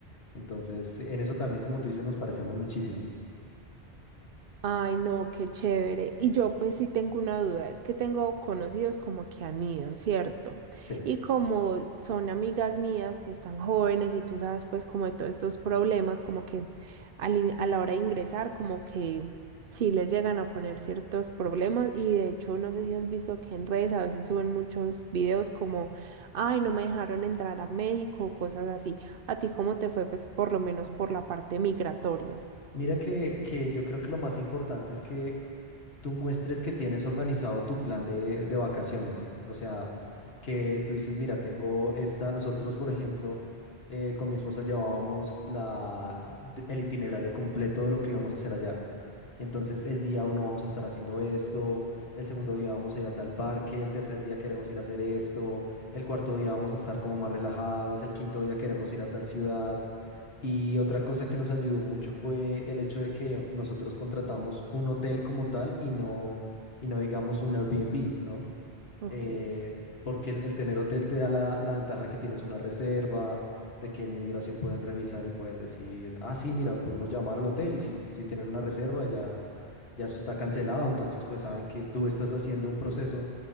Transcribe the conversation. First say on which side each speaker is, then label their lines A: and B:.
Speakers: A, on the left (about 75°); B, on the right (about 65°).
A: Entonces, en eso también, como tú dices, nos parecemos muchísimo.
B: Ay, no, qué chévere. Y yo pues sí tengo una duda, es que tengo conocidos como que han ido, ¿cierto?
A: Sí.
B: Y como son amigas mías que están jóvenes y tú sabes pues como de todos estos problemas, como que al in- a la hora de ingresar, como que sí les llegan a poner ciertos problemas y de hecho no sé si has visto que en redes a veces suben muchos videos como, ay, no me dejaron entrar a México, cosas así. ¿A ti cómo te fue pues por lo menos por la parte migratoria?
A: Mira que, que yo creo que lo más importante es que tú muestres que tienes organizado tu plan de, de vacaciones. O sea, que tú dices, mira, tengo esta, nosotros, por ejemplo, eh, con mi esposa llevábamos la, de- el itinerario completo de lo que íbamos a hacer allá. Entonces, el día uno vamos a estar haciendo esto, el segundo día vamos a ir a tal parque, el tercer día queremos ir a hacer esto, el cuarto día vamos a estar como más relajados, el quinto día queremos ir a tal ciudad. Y otra cosa que nos ayudó mucho fue el hecho de que nosotros contratamos un hotel como tal y no, y no digamos un Airbnb, ¿no?
B: Ok.
A: eh, porque el, el tener hotel te da la, la ventaja que tienes una reserva, de que en migración pueden revisar y pueden decir, ah, sí, mira, pudimos llamar al hotel y si, si tienen una reserva ya, ya eso está cancelado, entonces pues saben que tú estás haciendo un proceso